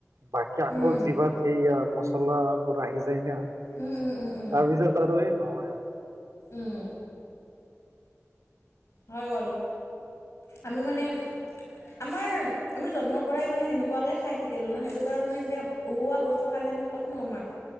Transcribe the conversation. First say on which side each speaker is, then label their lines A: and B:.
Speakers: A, on the right; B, on the left.
A: বাকী আকৌ
B: উম
A: জিভাত সেইয়া মচলাবোৰ আহি যায় না।
B: উম, উম, উম, উম।
A: তাৰপিছত আৰু এ নহয় আৰু।
B: উম হয় বাৰু, আমি মানে, আমাৰ আমি জন্মৰ পৰাই মানে সেনেকুৱাকে খাই থাকিলোঁ ন, সেইটো কাৰণে এতিয়া উহোৱা বস্তু খালে নো ক'তনো আমাৰ